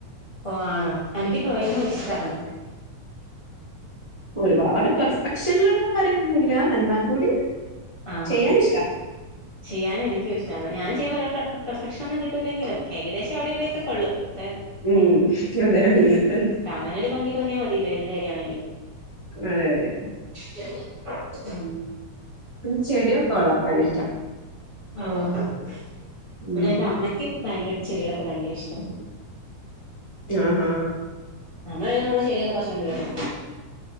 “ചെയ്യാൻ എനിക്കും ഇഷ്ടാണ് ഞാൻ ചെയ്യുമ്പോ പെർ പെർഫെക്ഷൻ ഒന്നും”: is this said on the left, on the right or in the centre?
Left